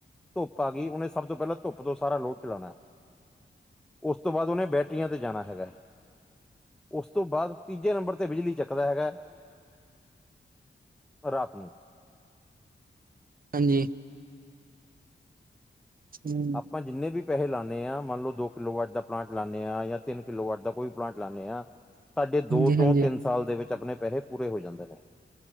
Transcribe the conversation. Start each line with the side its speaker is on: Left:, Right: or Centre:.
Centre: ਧੁੱਪ ਆ ਗਈ, ਉਹਨੇ ਸਭ ਤੋਂ ਪਹਿਲਾਂ ਧੁੱਪ ਤੋਂ ਸਾਰਾ ਲੋਡ ਚਲਾਉਣਾ। ਉਸ ਤੋਂ ਬਾਅਦ ਉਹਨੇ ਬੈਟਰੀਆਂ ਤੇ ਜਾਣਾ ਹੈਗਾ। ਉਸ ਤੋਂ ਬਾਅਦ ਤੀਜੇ ਨੰਬਰ ਤੇ ਬਿਜਲੀ ਚੱਕਦਾ ਹੈਗਾ ਰਾਤ ਨੂੰ।
Right: ਹਾਂਜੀ। ਹੂੰ,
Centre: ਆਪਾਂ ਜਿੰਨੇ ਵੀ ਪੈਸੇ ਲਾਂਨੇ ਆਂ, ਮੰਨ ਲਓ ਦੋ ਕਿੱਲੋ ਵਾਟ ਦਾ ਪਲਾਂਟ ਲਾਂਨੇ ਆਂ, ਜਾਂ ਤਿੰਨ ਕਿੱਲੋ ਵਾਟ ਦਾ ਕੋਈ ਪਲਾਂਟ ਲਾਂਨੇ ਆ ਤੁਹਾਡੇ ਦੋ
Right: ਹਾਂਜੀ,
Centre: ਤੋ
Right: ਹਾਂਜੀ
Centre: ਤਿੰਨ ਸਾਲ ਦੇ ਵਿੱਚ ਆਪਣੇ ਪੈਸੇ ਪੂਰੇ ਹੋ ਜਾਂਦੇ ਨੇ